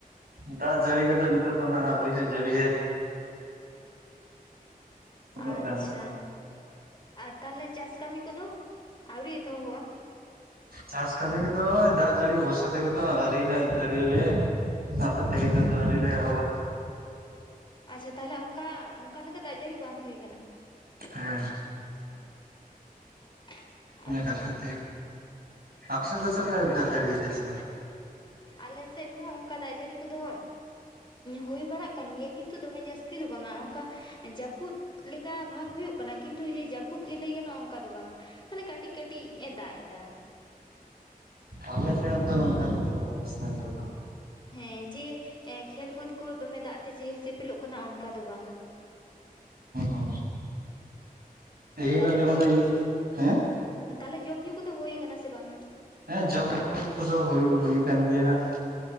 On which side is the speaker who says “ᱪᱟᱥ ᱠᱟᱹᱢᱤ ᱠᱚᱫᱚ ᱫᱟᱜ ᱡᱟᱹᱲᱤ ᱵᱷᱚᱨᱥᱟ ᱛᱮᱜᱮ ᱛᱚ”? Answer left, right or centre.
Right